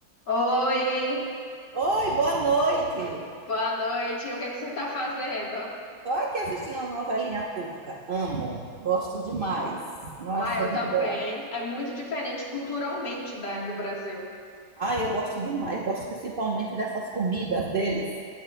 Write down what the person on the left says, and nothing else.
Oi,
boa noite. O que é que você está fazendo?
Ah, eu
também.
É muito diferente culturalmente da, do Brasil.